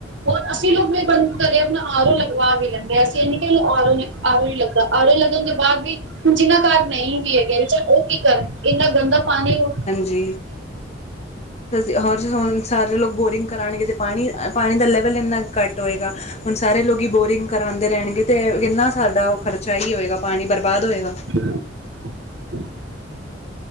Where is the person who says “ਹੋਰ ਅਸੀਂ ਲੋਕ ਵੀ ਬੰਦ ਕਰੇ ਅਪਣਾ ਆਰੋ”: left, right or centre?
Right